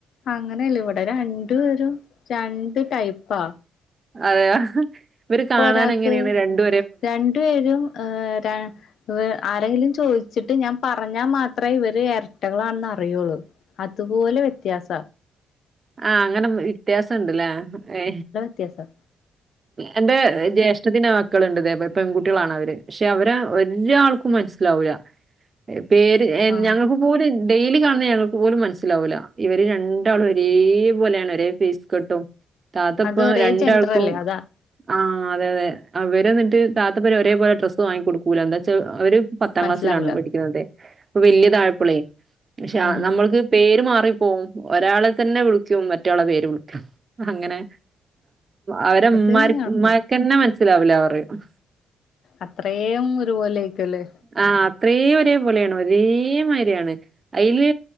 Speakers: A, on the left; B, on the right.
A: അങ്ങനെയല്ലവിടെ രണ്ടൊരു രണ്ട് ടൈപ്പാ
B: അതെയ ഇവര്
A: ഇപ്പൊ
B: കാണാൻ
A: ഒരാക്ക്
B: എങ്ങനെയാണ് രണ്ട്
A: രണ്ടു പേരും ഏഹ് ര ആരെങ്കിലും ചോദിച്ചിട്ട് ഞാൻ പറഞ്ഞാൽ മാത്രമേ ഇവര് എരട്ടകളാണെന്ന് അറിയുള്ളൂ അതുപോലെ വ്യത്യാസ
B: ആ അങ്ങനെ വ്യത്യാസണ്ട്ല്ലേ ഏ
A: ക്കേ സാർ
B: എന്റെ ജേഷ് ഷ്ടത്തിന് മക്കളുണ്ട് ഇതേ പോലെ പെൺകുട്ടികളാണ് അവര് പക്ഷെ അവര് ഒരാൾക്കും മനസ്സിലാവൂല്ല പേര്
A: ആഹ്
B: ഞങ്ങൾക്ക് പോലൻ ഡെയിലി കാണുന്ന ഞങ്ങക്ക് പോലും മനസ്സിലാവുല ഇവര് രണ്ടാളും ഒരേപോലേണ് ഒരേ ഫെയിസ് കെട്ടും താത്തപ്പോ
A: അത് ഒരേ
B: രണ്ടാൾക്കും
A: ജെൻഡറല്ലേ അതാ
B: ആ അതെ അതെ അവര് എന്നിട്ട് താത്തപരി വാടിയ പോലെ ഡ്രസ്സ് വാങ്ങി കൊടുക്കൂല എന്താ ച്ചാ അവര് പത്താം
A: മനസ്സിലാവൂല
B: ക്ലാസ്സിലാണ് പഠിക്കുന്നത് അപ്പൊവെല്യാ താഴപ്പളേ ക്ഷ
A: ഉം
B: നമ്മൾക്ക് പേര് മാറിപ്പോവും ഒരാളെ തന്നെ വിളിച്ചും മറ്റാളെ പേര് വിളിക്കും അങ്ങനെ അവരെ ഇമ്മ
A: ഇത് പിന്നെ കൊഴപ്പല്ല
B: ഇമ്മാര്ക്കന്നെ മനസ്സിലാവൂലപറയും
A: അത്രേം ഒരുപോലൊയിക്കല്ലേ
B: ആ അത്രയും ഒരേ പോലെയാണ് ഒരേമാരിയാണ് അയില്